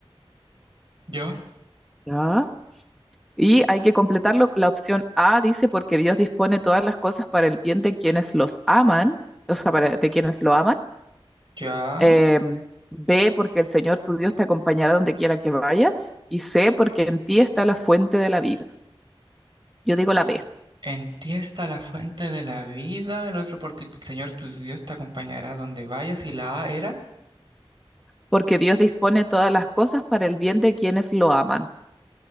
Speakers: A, on the right; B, in the centre.
A: ya,
B: ¿Ya? Y hay que completarlo. La opción A dice, porque Dios dispone todas las cosas para el bien de quienes los aman, o sea, para, de quienes lo aman.
A: ya.
B: Eh, B, porque el Señor tu Dios te acompañará donde quiera que vayas. Y C, porque en ti está la fuente de la vida. Yo digo la B,
A: En ti está la fuente de la vida, el otro porque tu Señor tu Dios te acompañará donde vayas y la A era...
B: porque Dios dispone todas las cosas para el bien de quienes lo aman.